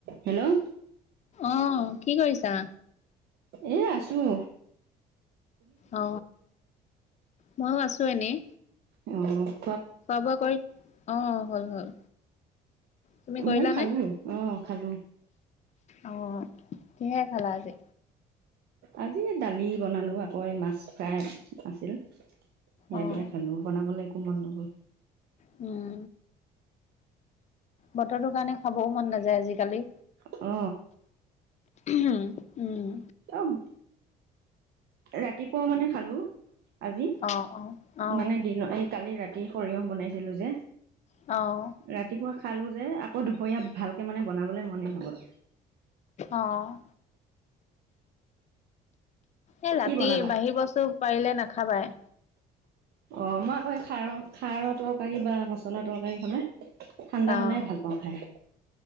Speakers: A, on the right; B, on the left.
A: হেল্ল',
B: অ', কি কৰিছা?
A: এ আছোঁ।
B: অ, ময়ো আছোঁ এনেই।
A: অ'।
B: খোৱা বোৱা কৰি আহ হল, হল। তুমি কৰিলানে?
A: ময় খালোঁ অ, খালোঁ।
B: অ, কিহে খালা আজি?
A: আজি দালি বনালো আকৌ মাছ ফ্ৰাই আছিল সেয়া
B: অ'।
A: দিয় খালোঁ বনাবলৈ একো মন নগ'ল।
B: উম, বতৰটোৰ কাৰণে খাবও মন নাযায় আজিকালি।
A: অ,
B: উম, উম।
A: অ', ৰাতিপুৱা মানে খালো। আজি
B: অ', অ', অ',
A: মানে দিন এই কালি ৰাতি সৰিয়হ বনাইছিলো যে,
B: অ'।
A: ৰাতিপুৱা খালো যে আকৌ দুপৰীয়া ভালকে মানে বনাবলৈ মন নগল।
B: অ', এ, ৰাতি
A: কি বনালা
B: বাঢ়ি বস্তু পাৰিলে নাখাবায়।
A: অ', মই আকৌ খাৰৰ খাৰৰ তৰকাৰী বা মছলা তৰকাৰী হলে। ঠাণ্ডা
B: অ',
A: হ'লে ভাল পাওঁ খাই।